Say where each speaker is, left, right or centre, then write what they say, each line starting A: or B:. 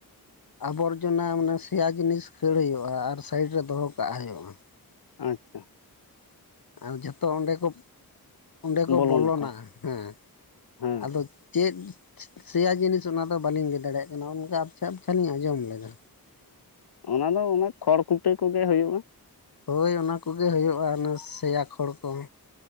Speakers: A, on the left (about 65°); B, on the left (about 80°).
A: ᱟᱵᱚᱨᱡᱚᱱᱟ ᱢᱟᱱᱮ ᱥᱮᱭᱟ ᱡᱤᱱᱤᱥ ᱠᱷᱟᱹᱲ ᱦᱩᱭᱩᱜ-ᱟ ᱟᱨ ᱥᱟᱭᱤᱰ ᱨᱮ ᱫᱚᱦᱚ ᱠᱟᱜ ᱦᱩᱭᱩᱜ-ᱟ ᱾
B: ᱟᱪᱪᱷᱟ ᱾
A: ᱟᱨ ᱡᱚᱛᱚ ᱚᱸᱰᱮ ᱠᱚ ᱚᱸᱰᱮ ᱠᱚ
B: ᱵᱚᱞᱚᱱᱟᱠᱚ
A: ᱵᱚᱞᱚᱱᱟ ᱦᱮᱸ
B: ᱦᱮᱸ
A: ᱟᱫᱚ ᱪᱮᱫ ᱥᱮᱭᱟ ᱡᱤᱱᱤᱥ ᱚᱱᱟᱫᱚ ᱵᱟᱹᱞᱤᱧ ᱞᱟᱹᱭ ᱫᱟᱲᱮᱭᱟᱜ ᱠᱟᱱᱟ ᱚᱱᱠᱟ ᱟᱯᱪᱷᱟ ᱟᱯᱪᱷᱟ ᱞᱤᱧ ᱟᱸᱡᱚᱢ ᱞᱮᱫᱟ ᱾
B: ᱚᱸ ᱚᱱᱟ ᱫᱚ ᱚᱱᱮ ᱠᱷᱚᱲ ᱠᱩᱴᱟᱹ ᱠᱚᱜᱮ ᱦᱩᱭᱩᱜ-ᱟ ᱾
A: ᱦᱳᱭ ᱚᱱᱟ ᱠᱚᱜᱮ ᱦᱩᱭᱩᱜ-ᱟ ᱚᱱᱟ ᱥᱮᱭᱟ ᱠᱷᱚᱲ ᱠᱚ᱾